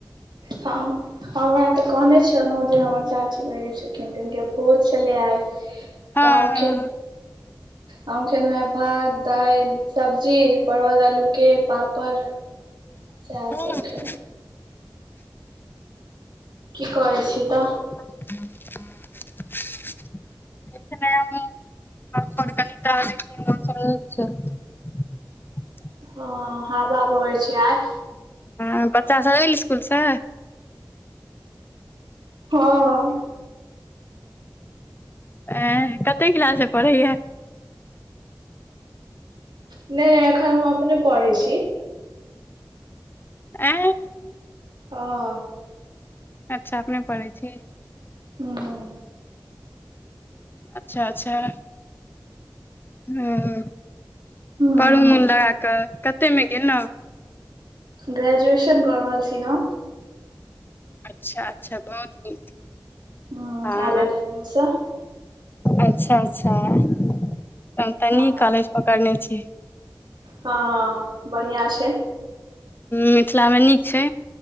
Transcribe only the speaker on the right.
हम हमरा तऽ कहने छलहुँ जे हमर चाची मरि गेल छलखिन, ते हुनके भोज छलै आइ।
तऽ हम खे हम खेेलहु हें भात दालि सब्जी परवल आलूके पापड़ से
सब खेलौं की करै छी कह
ह हँ हबा बहै छै आय
हँ
नहि नहि एखन हम अपने पढ़े छी
हँ
हूँ
हूँ,
ग्रेजुएशन कऽ रहल छी हम
हूँ
एल एन एम यू सँ
हँ
हँ हँ बढ़िआँ छै